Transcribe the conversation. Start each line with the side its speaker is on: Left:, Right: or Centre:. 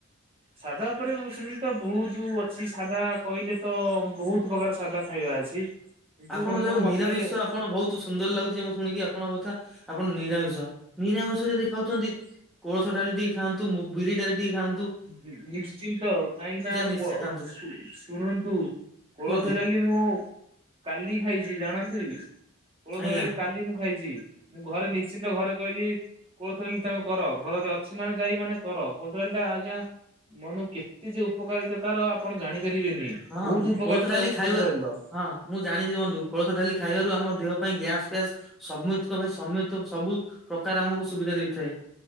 Right: ସାଧା ଉପରେ ସେମିତି ତ ବହୁତ ଅଛି, ସାଧା କହିଲେ ତ ବହୁତ୍ ପ୍ରକାର ସାଧା ଖାଇବା ଅଛି। କିନ୍ତୁ
Centre: ଆପଣ
Right: ବନ୍ଧୁ
Centre: ଯଉ ନିରାମିଷ
Right: ମତେ
Centre: ଆପଣ ବହୁତ୍ ତ୍ ସୁନ୍ଦର ଲାଗୁଛି ମୁଁ ଶୁଣିକି ଆପଣଙ୍କ କଥା, ଆପଣ ନିରାମିଷ-ନିରାମିଷ ଯଦି ଖାଉଚନ୍ତି କୋଳଥ ଡାଲି ଟିକେ ଖାଆନ୍ତୁ, ମୁ ବିରି ଡାଲି ଟିକେ ଖଆନ୍ତୁ।
Right: ହୁଁ ନିଶ୍ଚିନ୍ତ କାହିଁକି ନା
Centre: ନିଶ୍ଚୟ
Right: କୋ
Centre: ଖାଆନ୍ତୁ
Right: ଶୁ ଶୁଣନ୍ତୁ କୋଳଥ
Centre: କୁହନ୍ତୁ
Right: ଡାଲି ମୁଁ କାଲି ଖାଇଚି ଜାଣନ୍ତିକି, କୋଳଥ
Centre: ଆଜ୍ଞା
Right: ଡାଲି କାଲି ମୁଁ ଖାଇଚି‌। ମୁଁ ଘରେ ନିଶ୍ଚିନ୍ତ ଘରେ କହିଲି କୋଳଥ ଡାଲି ତମେ କର ଘରରେ ଅଛି ମାନେ ଜାଇ ମାନେ କର, କୋଳଥ ଡାଲିଟା ଆଜ୍ଞା ମାନେ କେତେ ଯେ ଉପକାରିତା ତାର ଆପଣ ଜାଣିପାରିବେନି,
Centre: ହଁ
Right: ବହୁତ୍
Centre: ହଁ
Right: ଉପକାରିତା
Centre: ଡାଲି
Right: କୋଳଥ
Centre: ଖାଇବା
Right: ଡାଲିର।
Centre: ହଁ ମୁଁ ଜାଣିଛି ବନ୍ଧୁ କୋଳଥ ଡାଲି ଖାଇବାରୁ ଆମ ଦେହ ପାଇଁ ଗ୍ୟାସ୍ ଫ୍ୟାସ୍ ସମୁ ତ ଭାଇ ସମେତ ସବୁ ପ୍ରକାର ଆମକୁ ସୁବିଧା ଦେଇଥାଏ।